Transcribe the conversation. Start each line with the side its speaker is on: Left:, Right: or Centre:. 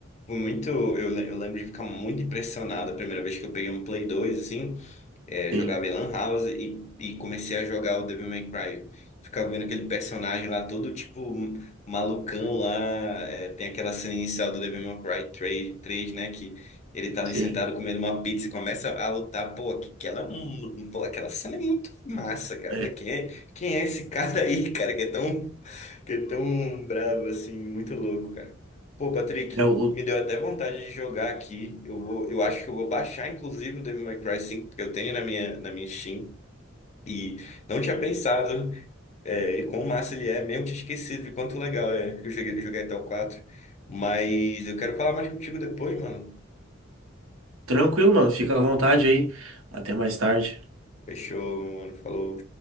Left: Fui muito, eu, le- eu lembro de ficar muito impressionado a primeira vez que eu peguei um Play 2 assim, é,
Right: Sim,
Left: jogava em Lan House e, e comecei a jogar o Devil May Cry. Ficava vendo aquele personagem lá todo, tipo, m- malucão lá, é, tem aquela cena inicial do Devil May Cry três três né, que ele tá ali
Right: sim.
Left: sentado comendo uma pizza e começa a lutar, pô, que, que ela, é um- pô, aquela cena é muito massa, cara.
Right: É,
Left: Eu Falei, quem é, quem é esse cara aí, cara, que é tão Fiquei tão bravo assim, muito louco, cara. Pô, Patrick,
Right: é o, o-
Left: me deu até vontade de jogar aqui. Eu vou, eu acho que eu vou baixar, inclusive, o Devil May Cry 5, porque eu tenho na minha, na minha Steam. E não tinha pensado é, quão massa ele é, mesmo tinha esquecido de quanto legal é que eu joguei, joguei até o 4. Mas eu quero falar mais contigo depois, mano.
Right: tranquilo, mano. Fica à vontade aí. Até mais tarde.
Left: Fechou, meu mano. Falou.